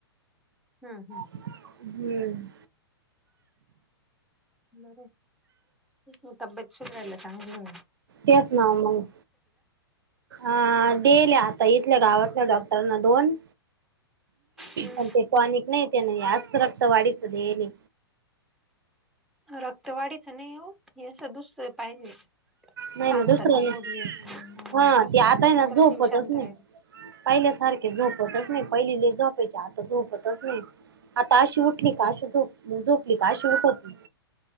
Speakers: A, in the centre; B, on the right (about 60°).
A: हम हम.
B: हम्म.
A: बर तब्च शयला चांग
B: क सना मग- अ देल्या आता इथल्या गावातल्या डॉक्टरांना दोन
A: हम्म.
B: पण ते पॉनिक नाही त्यां अस रक्त वाढीचं दे.
A: रक्त वाढीच नाही हो हे असं दुसर पाहिजे.
B: नाही
A: शांतता
B: ना दुसरं नाही
A: थोडी कशी
B: हा ती आता
A: तब्येत
B: आहे ना
A: सुतर
B: झोपतच
A: त शांत
B: नाही
A: राहिली.
B: पहिल्यासारखे झोपवतच नाही पहिलीले झोपायचे आता झोपतच नाही. आता अशी उठली का अशी झोप झोपली का अशी उठ होती.